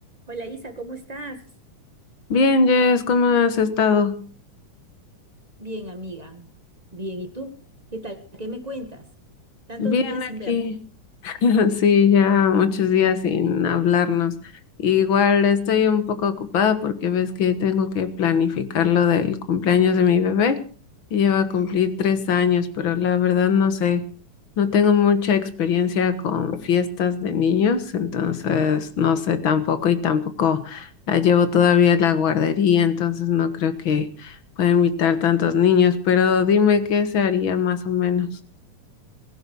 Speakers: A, on the right (about 35°); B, on the left (about 50°).
A: Hola Isa, ¿cómo estás?
B: Bien, Jess, ¿cómo has estado?
A: Bien, amiga. Bien, ¿y tú? ¿Qué tal? ¿Qué me cuentas? Tantos
B: Bien
A: días sin
B: aquí,
A: verte.
B: <laughs> Sí, ya muchos días sin hablarnos. Igual estoy un poco ocupada porque ves que tengo que planificar lo del cumpleaños de mi bebé, que lleva a cumplir tres años, pero la verdad no sé, no tengo mucha experiencia con fiestas de niños, entonces no sé tampoco y tampoco la llevo todavía a la guardería, entonces no creo que pueda invitar tantos niños, pero dime qué se haría más o menos.